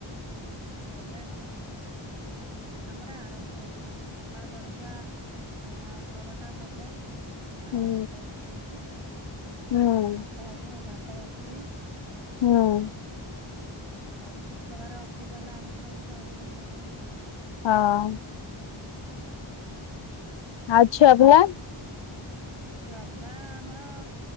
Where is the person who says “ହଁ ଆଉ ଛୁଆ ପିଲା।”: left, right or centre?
Left